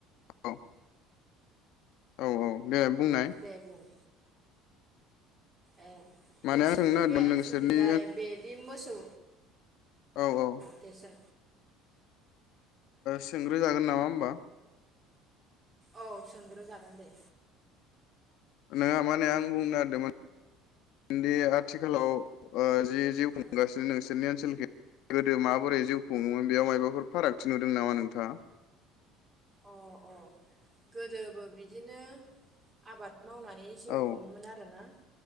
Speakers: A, on the left; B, on the right.
A: औ औ औ देलाय बुंनाय
B: देबुं ए
A: माने
B: नोंसिनि
A: आं सोंनो नागिरदों
B: बे ओनसोलखै
A: नोंसोरनि
B: जाय बे दि मोसौ
A: औ औ
B: दे सों
A: सोंग्रो जागोन नामा होमबा?
B: औ सोंग्रो जागोन दे
A: नङा माने आं बुंनो नागिरदोंमोनदि आथिखालाव ओ जि जिउ खुंगासिनो
B: औ
A: नोंसोरनि ओनसोलखै गोदो माबोरै जिउ खुङोमोन बेयाव मायबाफोर फारागथि नुदों नामा नोंथाङा?
B: अ अ गोदोबो बिदिनो आबाद मावनानै जिउ
A: औ
B: खुङोमोन आरोना